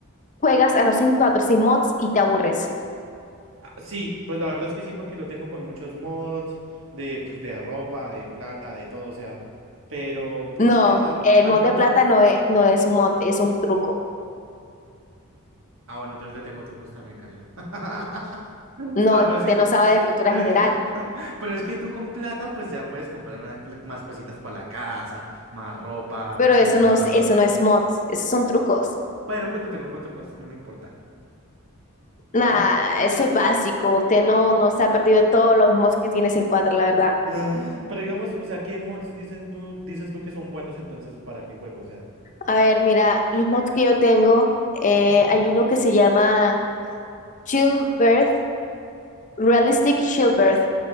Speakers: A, on the left; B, on the right.
A: juegas a los Sims 4 sin mods y te aburres.
B: Ah, Sí, pues la verdad es que sí, porque lo tengo con muchos mods de, pues, de ropa, de plata, de todo, o sea, pero pues
A: No,
B: es que a-
A: el
B: al
A: mod
B: punto...
A: de plata no es, no es un mod, es un truco.
B: Ah, bueno, entonces le tengo trucos también, Karina. <laughs>
A: No,
B: Ah,
A: es
B: pero
A: que
B: es
A: usted
B: que,
A: no sabe
B: eh,
A: de cultura
B: eh,
A: general,
B: <laughs> pero es que tú con plata, pues ya puedes comprar una- más cositas para la casa, más ropa,
A: pero eso
B: peinados.
A: no, es- eso no es mods, esos son trucos.
B: Pero pues lo tengo con trucos, no me importa.
A: Nada,
B: Ah. <laughs>
A: eso es básico. Usted no, no se ha perdido de todos los mods que tiene Sims 4, la verdad.
B: Pero digamos, o sea, ¿qué mods dicen tú, dices tú que son buenos entonces para qué juego? O sea,
A: A ver, mira, los mods que yo tengo, eh,
B: ujú.
A: hay uno que se llama Childbirth, Realistic Childbirth.